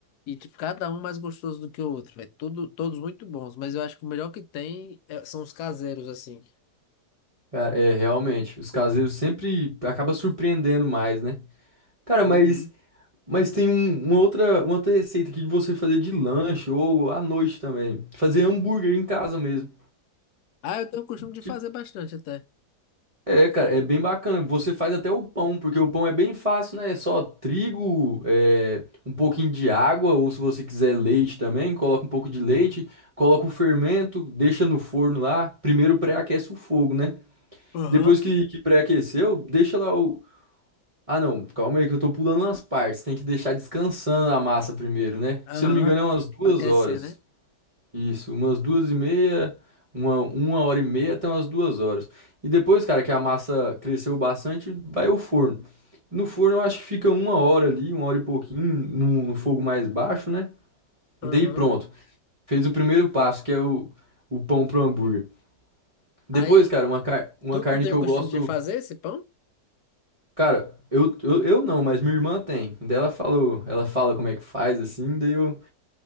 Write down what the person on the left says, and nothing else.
e, tipo, cada um mais gostoso do que o outro, velho. Tudo, todos muito bons, mas eu acho que o melhor que tem é- são os caseiros, assim.
Uhum.
Ah, eu tenho o costume de
fazer bastante até.
Aham,
aham.
Pra crescer,
né?
Aham.
Aí,
tu,
tu tem
o
costume
de fazer esse pão?